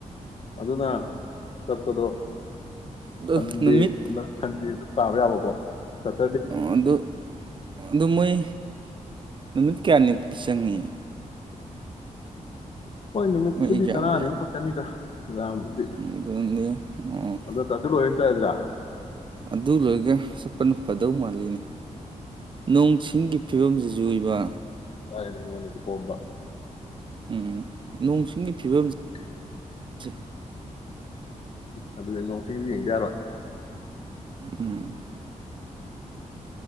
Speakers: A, on the left (about 50°); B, on the right (about 40°).
A: ꯑꯗꯨꯅ ꯆꯠꯄꯗꯣ
B: ꯑꯗꯨ
A: ꯊꯟꯗꯤ
B: ꯅꯨꯃꯤꯠ
A: ꯑꯗꯨ ꯇꯥꯕ ꯌꯥꯕꯀꯣ ꯆꯠ
B: ꯑꯗꯨꯗ ꯑꯗꯨ ꯃꯣꯏ ꯅꯨꯃꯤ ꯀꯌꯥꯅꯤꯃꯨꯛꯇꯤ ꯆꯪꯏ
A: ꯍꯣꯏ ꯅꯨꯃꯤꯠꯄꯨꯗꯤ
B: ꯃꯣꯏ ꯑꯦꯛꯖꯥꯝꯁꯦ
A: ꯇꯔꯥꯅꯤꯃ ꯈꯛꯇꯅꯤꯗꯥ ꯗꯤ
B: ꯑꯗꯨꯅꯦ ꯑꯣ
A: ꯑꯗꯨ ꯑꯗꯨꯣꯏꯅ ꯆꯂꯗ꯭ꯔꯥ
B: ꯑꯗꯨ ꯂꯣꯏꯒ ꯁꯄꯅ ꯐꯗꯧ ꯃꯥꯜꯂꯤꯅꯤ ꯅꯣꯡ ꯆꯤꯡ ꯐꯤꯕꯝꯁꯤ ꯆꯨꯏꯕ
A: ꯇꯥꯏꯅꯤ ꯑꯣꯏꯟꯅꯁꯨ ꯀꯣꯝꯕ
B: ꯎꯝ ꯅꯣꯡ ꯆꯤꯡꯒꯤ ꯐꯤꯕꯝ
A: ꯀ
B: ꯭ꯌꯨꯖꯤꯛ
A: ꯑꯗꯨꯗꯤ ꯅꯣꯡ ꯆꯤꯡꯗꯤ ꯌꯦꯡꯗꯤ ꯌꯥꯔꯣꯏ
B: ꯎꯝ